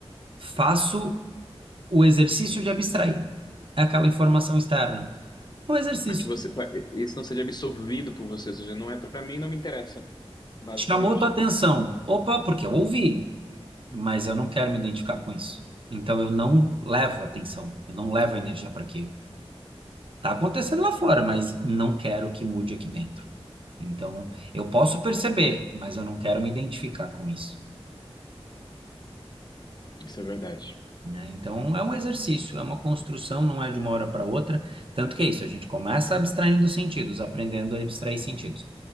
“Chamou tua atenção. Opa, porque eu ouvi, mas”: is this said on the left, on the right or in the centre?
Right